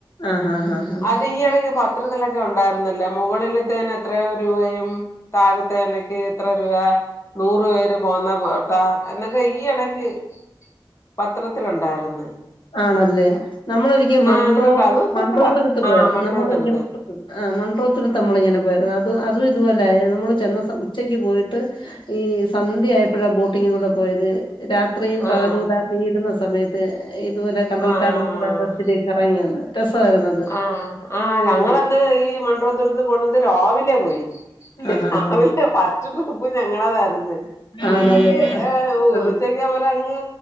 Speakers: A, on the left; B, on the left.
A: ആ ആഹ് ആഹ് ആഹ്
B: അത് ഈ ഇടയ്ക്ക് പത്രത്തിലൊക്കെ ഉണ്ടായിരുന്നല്ലേ മുകളിലത്തേ -- എത്ര രൂപയും താഴത്തേലക്ക് ഇത്ര രൂപ നൂറ് പേര് പോന്ന പോട്ടാ എന്നൊക്കെ ഈ ഇടക്ക് പത്രത്തിലുണ്ടായിന്ന്
A: ആണല്ലേ നമ്മളരിക്കും മൺോ
B: അങ്ങനെണ്ടോ അത് സൂപ്പറാ
A: മൺറോത്തിടുത്ത് പോയത്
B: ആഹ് മൺട്രോത്തുരുത്ത്
A: നമ്മളരിക്കും ആ് മണ്ഡോത്തിൽ തമ്മളിങ്ങനെ പോയരുന്നു അത് അതും ഇതുപോലെ നമ്മള് ചെന്ന ഉച്ചക്ക് പോയിട്ട് ഈ സന്ധ്യയപ്പോഴാ ബോട്ടിങ്ങിലൂടെ പോയത് രാത് അത്രയും
B: ആഹ്
A: പകലൂടാക്കീയിരുന്ന സമയത്ത് ഇതുപോലെ കണ്ടൽക്കാട്
B: ആഹ
A: ഒത്തിരി കറങ്ങി വന്ന് രസമായിരുന്നു അത്
B: ആഹ ആഹ ഞങ്ങന്ന്
A: ആഹ്
B: ഈ മണ്ടപത്തൂർ പോണത് രാവിലെ പോയി
A: ആഹ്
B: രാവിലെ
A: ആഹ്
B: പോയി ഫസ്റ്റ് ട്രിപ്പ് ഞങ്ങളതായിരുന്നു
A: ആണല്ലേ
B: ഉച്ചക്ക് ഏ
A: ആഹ്
B: ഉച്ചക്ക് അങ്ങ്